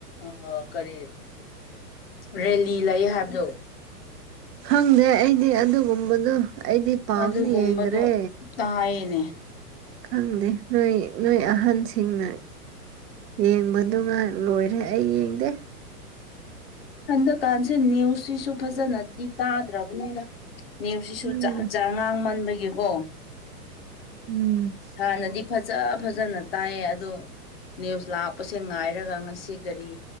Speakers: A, on the left; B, on the right.
A: ꯑ ꯀꯔꯤ꯫ ꯔꯦꯂꯤ ꯂꯩ ꯍꯥꯏꯕꯗꯨ꯫
B: ꯈꯪꯗꯦ ꯑꯩꯗꯤ ꯑꯗꯨꯒꯨꯝꯕꯗꯨ ꯑꯩꯗꯤ ꯄꯥꯎꯁꯨ
A: ꯑꯗꯨꯒꯨꯝꯕꯗꯣ
B: ꯌꯦꯡꯗ꯭ꯔꯦ꯫
A: ꯇꯥꯏꯌꯦꯅꯦ
B: ꯈꯪꯗꯦ ꯅꯣꯏ ꯅꯣꯏ ꯑꯍꯟꯁꯤꯡꯅ꯫ ꯌꯦꯡꯕꯗꯨ ꯉ ꯂꯣꯏꯔꯦ ꯑꯩ ꯌꯦꯡꯗꯦ꯫
A: ꯍꯟꯗꯛꯀꯥꯟꯁꯦ ꯅꯤꯌꯨꯁꯁꯤꯁꯨ ꯐꯖꯅꯗꯤ ꯇꯥꯗ꯭ꯔꯕꯅꯤꯅ꯫ ꯅꯤꯌꯨꯁ ꯁꯤꯁꯨ
B: ꯈꯪꯗꯦ
A: ꯖꯥꯠ-ꯖꯥꯠ ꯉꯥꯡꯃꯟꯕꯒꯤꯀꯣ꯫
B: ꯎꯝ꯫
A: ꯍꯥꯟꯅꯗꯤ ꯐꯖ-ꯐꯖꯅ ꯇꯥꯏꯌꯦ ꯑꯗꯨ꯫ ꯅꯤꯌꯨꯁ ꯂꯥꯛꯄꯁꯦ ꯉꯥꯏꯔꯒ ꯉꯁꯤ ꯀꯔꯤ꯫